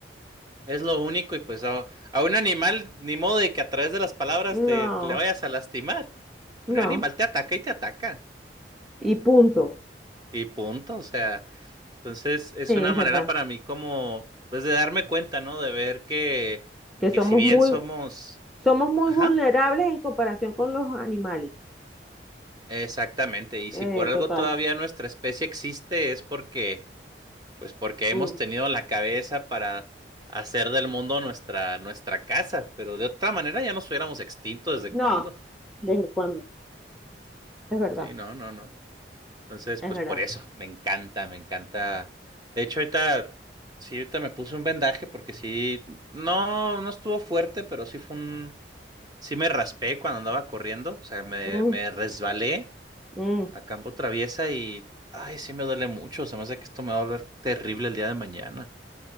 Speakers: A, on the right; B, in the centre.
A: Es lo único y pues a, a un animal, ni modo de que a través de las palabras
B: No,
A: te te le vayas a lastimar. Un
B: no.
A: animal te ataca y te ataca.
B: Y punto.
A: Y punto, o sea. Entonces es
B: Sí,
A: una
B: es
A: manera
B: verdad.
A: para mí como, pues de darme cuenta, ¿no? De ver que,
B: Que
A: que
B: somos
A: si bien
B: muy,
A: somos...
B: somos muy
A: Ajá,
B: vulnerables en comparación con los animales.
A: exactamente. Y
B: Eh,
A: si por algo
B: total.
A: todavía nuestra especie existe es porque, pues porque hemos
B: Mm.
A: tenido la cabeza para hacer del mundo nuestra, nuestra casa. Pero de otra manera ya nos hubiéramos extinto desde
B: No,
A: cuándo.
B: ¿desde cuándo? Es verdad,
A: Sí, no, no, no. Entonces,
B: es
A: pues
B: verdad.
A: por eso, me encanta, me encanta. De hecho, ahorita, sí, ahorita me puse un vendaje porque sí, no, no estuvo fuerte, pero sí fue un, sí me raspé cuando andaba corriendo, o sea, me,
B: Mm,
A: me resbalé
B: mm.
A: a campo traviesa y, ay, sí me duele mucho, se me hace que esto me va a volver terrible el día de mañana.